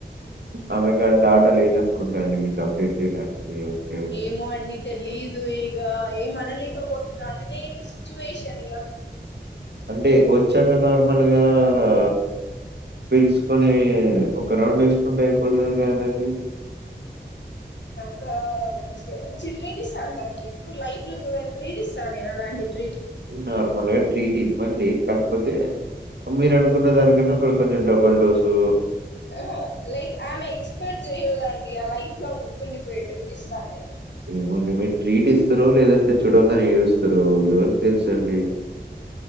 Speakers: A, on the right; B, on the left.
A: ఆమె కాడ డాటా లేద అనుకుంటా అండీ మీకు అప్డేట్ చేయడానికి ఒకే ఒకే
B: ఏమో అండి తెలీదు ఇగా ఏం అనలేకపోతున్నా అనలేని సిచ్యువేషన్ ఇగ
A: అంటే ఒచ్చాక నార్మల్ గా ఆ పిలుసుకొనీ ఒక రౌండ్ ఎసుకుంటే అయిపోతుంది కాదండీ
B: ఇంకా మంచి మంచి ట్రీట్ ఇస్తాను తనకీ ఎప్పుడు లైఫ్ లో చూడనికి ట్రీట్ ఇస్తాను నేను అలాంటి ట్రీట్
A: నార్మల్గా ట్రీట్ ఇవ్వండి కాకపోతే మీరు అనుకున్న దానికన్నా కూడా కొంచెం డబల్ డోసూ
B: ఆ లైక్ ఆమె ఎక్సపెక్ట్ చేయు దానికీ లైఫ్ లాంగ్ గుర్తుండిపోయే ట్రీట్ ఇస్తాను నేను
A: ఏమంటే మీరు ట్రీట్ ఇస్తరో లేదంటే చూడంగానే ఏడుస్తరో ఎవరికి తెలుసండీ